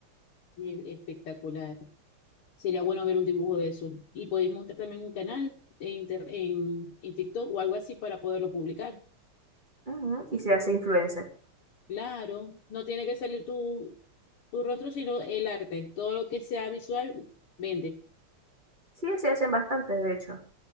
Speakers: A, on the left (about 75°); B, on the right (about 20°).
A: Bien, espectacular. Sería bueno ver un dibujo de eso. Y poder montar también un canal en, inter- en, en TikTok o algo así para poderlo publicar.
B: Ujú, Y se hace influencer.
A: Claro, no tiene que salir tu, tu rostro, sino el arte. Todo lo que sea visual, vende.
B: Sí, se hacen bastantes, de hecho.